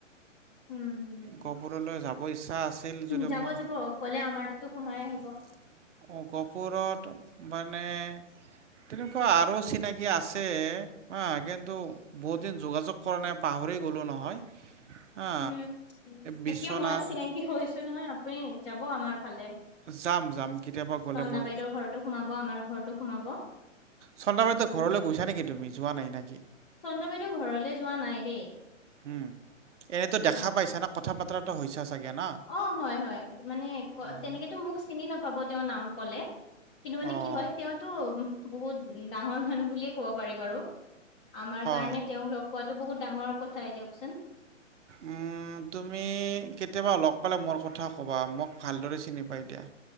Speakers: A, on the left; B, on the right.
A: উম হম
B: গহপুৰলৈ যাব ইচ্ছা আছিল যদিও
A: যাব
B: মই।
A: যাব গ'লে আমাৰ তাতো সোমাই
B: <inaudible>
A: আহিব।
B: গহপুৰত মানে তেনেকুৱা আৰু। চিনাকি আছে। হা কিন্তু বহুত দিন যোগাযোগ কৰা নাই পাহৰি গ'লো নহয়। হা
A: উম
B: বিশ্বনাথ
A: এতিয়া মই চিনাকী হৈছো নহয় আপুনি যাব আমাৰ ফালে।
B: যাম যাম কেতিয়াবা গ'লে
A: চন্দা
B: মই
A: বাইদেউৰ ঘৰতো সোমাব আমাৰ ঘৰটো সোমাব।
B: চন্দামিতাৰ
A: উম
B: ঘৰলৈ গৈছা নেকি তুমি যোৱা নাই নেকি?
A: চন্দা বাইদেউ ৰ ঘৰলৈ যোৱা নাই দেই।
B: উম এনেতো দেখা
A: অ
B: পাইছা না কথা বতৰাটো হৈছা চাগে। না?
A: অ' হয় হয় মানে
B: অঁ,
A: তেনেকেতো মোক চিনি নাপাব তেওঁ নাম কলে। কিন্তু মানে
B: অঁ
A: কি হয় তেওঁতো বহুত ডাঙৰ মানুহ বুলিয়ে কব পাৰি বাৰু। আমাৰ
B: হয়।
A: কাৰণে তেওঁক লগ পোৱাাতটো বহুত ডাঙৰ কথাই দিয়কচোন।
B: উম, তুমি কে কেতিয়াবা লগ পালে মোৰ কথা ক'বা মোক ভালদৰে চিনি পাই দিয়া।